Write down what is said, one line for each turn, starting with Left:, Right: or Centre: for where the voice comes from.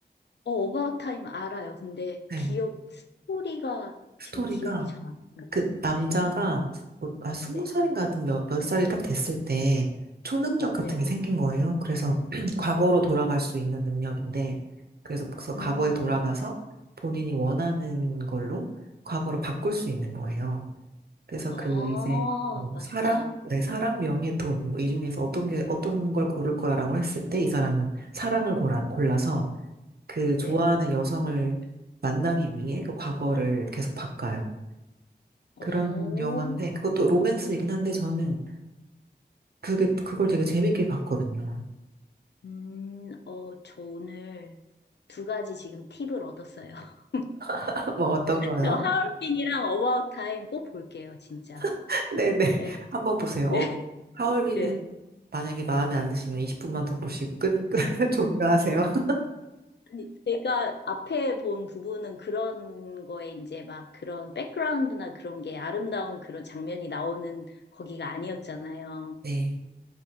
Left: 어, 어바웃 타임 알아요. 근데
Right: 네.
Left: 기억, 스토리가
Right: 스토리가
Left: 지금 기억이 잘 안 나요.
Right: 그 남자가
Left: 네,
Right: 뭐, 아, 스무
Left: 네,
Right: 살인가 하여튼 몇, 몇 살이 딱 됐을 때 초능력 같은
Left: 네.
Right: 게 생긴 거예요. 그래서 <clears throat> 과거로 돌아갈 수 있는 능력인데 그래서 그래서 과거에
Left: 음.
Right: 돌아가서 본인이 원하는 걸로 과거로 바꿀 수 있는 거예요. 그래서
Left: 아,
Right: 그 이제 뭐
Left: 맞다.
Right: 사랑, 네, 사랑, 명예, 돈, 뭐 이 중에서 어떤 게 어떤 걸 고를 거야라고 했을 때 이 사람은 사랑을 골라, 골라서 그 좋아하는
Left: 네.
Right: 여성을 만나기 위해 그 과거를 계속 바꿔요.
Left: 오,
Right: 그런 영화인데 그것도 로맨스이긴 한데 저는 그게 그걸 되게 재밌게 봤거든요.
Left: 음, 어, 저 오늘 두 가지 지금 팁을 얻었어요. <laughs>
Right: <laughs> 뭐 어떤 거요?
Left: 저 하얼빈이랑 어바웃 타임 꼭 볼게요, 진짜.
Right: <laughs> 네네
Left: 네,
Right: 한번 보세요.
Left: 네,
Right: 어, 하얼빈은
Left: 네.
Right: 만약에 마음에 안 드시면 20분만 더 보시고 끊, 끊 <laughs> 종료하세요. <laughs>
Left: 아니, 제가 앞에 본 부분은 그런 거에 이제 막 그런 백그라운드나 그런 게 아름다운 그런 장면이 나오는 거기가 아니었잖아요.
Right: 네,